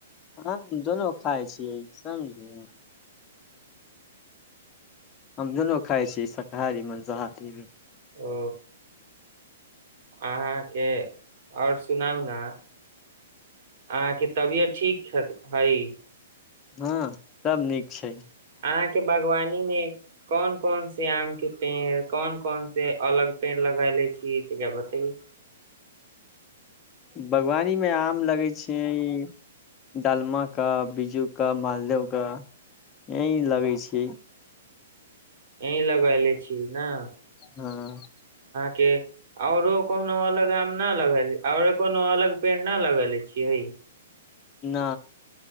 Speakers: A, on the left; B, on the right.
A: ह दुोनू खााय छियै समझलिय हम दुनू खााय छीै शाकाहारी मांसाहारी भी
B: ओ अहाँके आओर सुनाउ ने अहाँके तबियत ठीक हइ
A: हँ सब नीक छै
B: अहा के बागवानी में कोन कोन से आम के पेड़ कोन कोन से अलग पेड़ लगले छी तऽ का बताे
A: बागवानीमे आम लगै छैिय डालमाके बिीज्जूके मालदेहके य लगै छै
B: ए लगैले छी न
A: हँ
B: के औरो कोनो अलग आम नहि लगे और कोनो अलग पेड़ न लगेले छियै
A: न